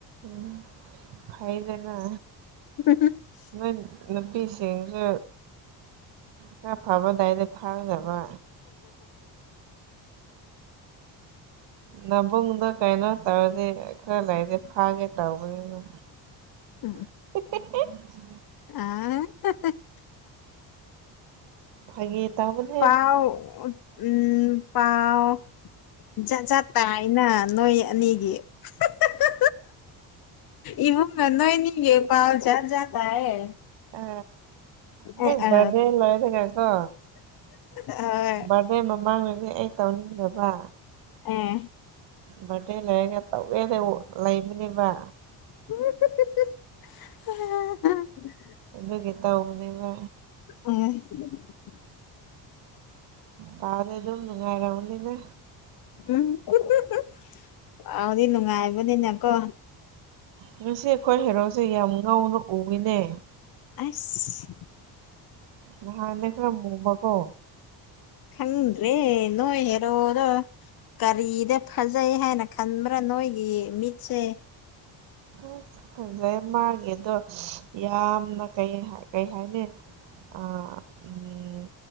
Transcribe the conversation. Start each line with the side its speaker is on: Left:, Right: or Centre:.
Right: ꯎꯝ ꯐꯩ ꯕꯦꯝꯃꯥ
Left: <unintelligible>
Right: ꯅꯣꯏ ꯅꯨꯄꯤꯁꯤꯡꯁꯨ ꯈꯔ ꯐꯥꯕ ꯂꯩꯔꯗꯤ ꯐꯥꯒꯗꯕ꯫ ꯃꯥꯕꯨꯡꯗꯣ ꯀꯩꯅꯣ ꯇꯧꯔꯗꯤ ꯈꯔ ꯂꯩꯔꯗꯤ ꯐꯥꯒꯦ ꯇꯧꯕꯅꯤꯕ꯫
Left: ꯎꯝ ꯎꯝ
Right: <unintelligible>
Left: ꯑꯥ <unintelligible>
Right: ꯐꯥꯒꯤ ꯇꯥꯎꯕꯅꯦ
Left: ꯄꯥꯎ ꯎꯝ ꯄꯥꯎ ꯖꯥꯠ ꯖꯥꯠ ꯇꯥꯏꯅ ꯅꯣꯏ ꯑꯅꯤꯒꯤ <unintelligible> ꯏꯃꯨꯡꯅ ꯅꯣꯏꯅꯤꯒꯤ ꯄꯥꯎ ꯖꯥꯠꯖꯥꯠ ꯇꯥꯏꯌꯦ꯫
Right: ꯑ ꯍꯣꯏ
Left: ꯑꯦ ꯑ
Right: ꯕꯥꯔꯗꯦ ꯂꯣꯏꯔꯒꯀꯣ
Left: ꯍꯣꯏ ꯑꯦ
Right: ꯕꯥꯔꯗꯦ ꯃꯃꯥꯡꯗꯗꯤ ꯑꯩ ꯇꯧꯅꯤꯡꯗꯕ꯫
Left: ꯎꯝ
Right: ꯕꯥꯔꯗꯦ ꯂꯩꯔꯒ ꯇꯧꯒꯦꯅ ꯂꯩꯕꯅꯦꯕ꯫
Left: <unintelligible>
Right: ꯑꯗꯨꯒꯤ ꯇꯥꯎꯕꯅꯤꯕꯥ
Left: <unintelligible>
Right: ꯄꯥꯎꯗꯤ ꯑꯗꯨꯝ ꯅꯨꯡꯉꯥꯏꯔꯝꯒꯅꯤꯗ꯫
Left: ꯎꯝ <unintelligible> ꯄꯥꯎꯗꯤ ꯅꯨꯡꯉꯥꯏꯕꯅꯤꯅꯀꯣ
Right: ꯉꯁꯤ ꯑꯩꯈꯣꯏ ꯍꯦꯔꯣꯁꯦ ꯌꯥꯝ ꯉꯧꯅ ꯎꯏꯅꯦ꯫
Left: ꯑꯁ
Right: ꯅꯍꯥꯟꯅ ꯈ꯭ꯔ ꯃꯨꯕꯀꯣ
Left: ꯈꯪꯗ꯭ꯔꯦ ꯅꯣꯏ ꯍꯦꯔꯣꯗꯣ ꯀꯔꯤꯗ ꯐ ꯐꯖꯩ ꯍꯥꯏꯅ ꯈꯟꯕ꯭ꯔꯥ ꯅꯣꯏꯒꯤ ꯃꯤꯠꯁꯦ
Right: ꯑꯁ ꯐꯖꯩ ꯃꯥꯒꯤꯗꯣ ꯌꯥꯝꯅ ꯀꯩ ꯀꯩ ꯍꯥꯏꯅꯤ ꯑꯥ ꯎꯝ